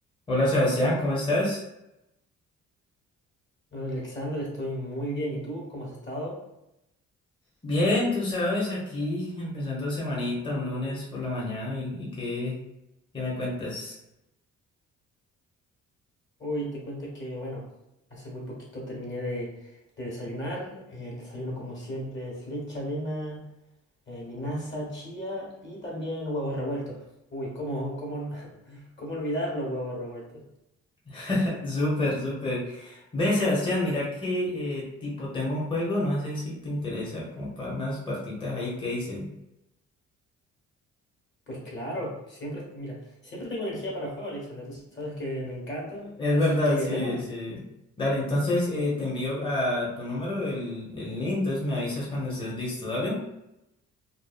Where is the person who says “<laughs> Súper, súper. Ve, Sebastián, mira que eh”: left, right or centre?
Left